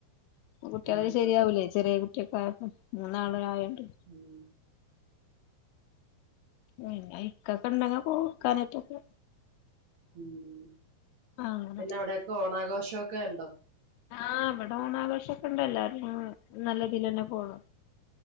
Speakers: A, on the left; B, on the right.
A: അപ്പൊ കുട്ടികൾക്ക്
B: ഉം
A: ശരിയാവൂലല്ലോ
B: അതെ
A: ചെറിയ കുട്ടിയൊക്കെ ആയപ്പോ മൂന്നാള ആയട്ട്
B: ഉം
A: പിന്ന ഇക്കാക്ക ഉണ്ടങ്കി പോക്കാനൊറ്റക്കെ
B: ഉം
A: അങ്ങനെ
B: പിന്നെ അവിടൊക്കെ ഓണാഘോഷവൊക്കെ ഒണ്ടോ
A: ആഹ് ഇവിടെ ഓണാഘോഷൊക്കെ ഇണ്ട് എല്ലാരും നല്ല ഇതിൽ തന്നെ പോണു